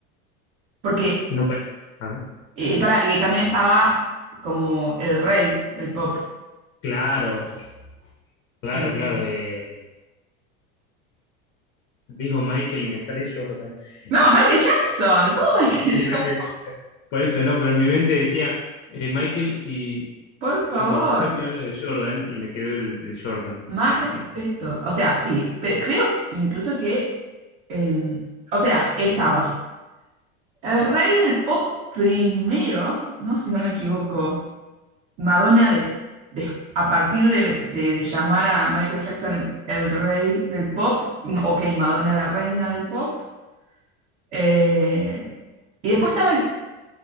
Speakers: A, on the right; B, on the left.
A: porque,
B: No pare- a ver.
A: eh, pará, y también estaba como el rey del pop.
B: Claro, claro,
A: Eh,
B: claro. eh, digo Michael y me sale Jordan. <laughs>
A: no, Michael Jackson, ¿cómo <laughs> Michael
B: Sí,
A: Jackson?
B: no es que- Por eso no, pero en mi mente decía eh, Michael y,
A: Por favor,
B: y porque ayer vi algo de Jordan y me quedó el, el Jordan
A: más
B: Jackson.
A: respeto. O sea, sí, pe- creo incluso que, eh, o sea, estaba. El rey del pop primero, ¿no? Si no me equivoco, Madonna de, de- a partir de, de- de llamar a Michael Jackson el, el rey del pop, mm, ok, Madonna la reina del pop, eh, y después estaba el-